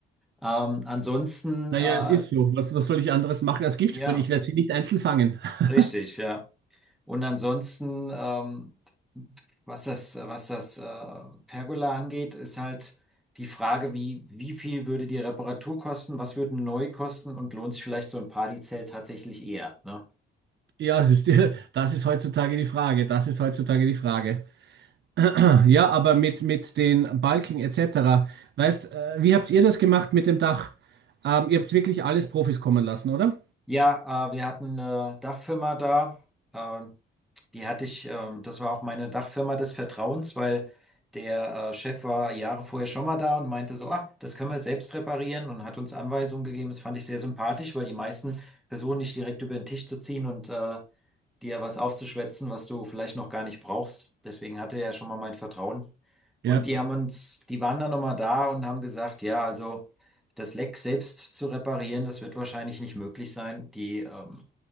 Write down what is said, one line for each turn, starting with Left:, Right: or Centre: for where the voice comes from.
Centre: Ähm, ansonsten,
Right: Naja,
Centre: äh,
Right: es ist so. Was, was soll ich anderes machen als Giftsprühe?
Centre: ja,
Right: Ich werde sie nicht einzeln fangen. <laughs>
Centre: richtig, ja. Und ansonsten, ähm, was das, was das äh, Pergola angeht, ist halt die Frage, wie, wie viel würde die Reparatur kosten, was würde neu kosten und lohnt sich vielleicht so ein Partyzelt tatsächlich eher, ne?
Right: Ja, es ist, <laughs> das ist heutzutage die Frage. Das ist heutzutage die Frage. <clears throat> Ja, aber mit, mit den Balken etc. Weißt, äh, wie habt ihr das gemacht mit dem Dach? Ähm, ihr habt wirklich alles Profis kommen lassen, oder?
Centre: Ja, äh, wir hatten eine Dachfirma da. Äh, Die hatte ich, ähm, das war auch meine Dachfirma des Vertrauens, weil der äh, Chef war Jahre vorher schon mal da und meinte so, ah, das können wir selbst reparieren und hat uns Anweisungen gegeben. Das fand ich sehr sympathisch, weil die meisten versuchen nicht direkt über den Tisch zu ziehen und äh, dir was aufzuschwätzen, was du vielleicht noch gar nicht brauchst. Deswegen hatte er schon mal mein Vertrauen. Und
Right: Ja,
Centre: die haben uns, die waren dann nochmal da und haben gesagt, ja, also das Leck selbst zu reparieren, das wird wahrscheinlich nicht möglich sein. Die ähm,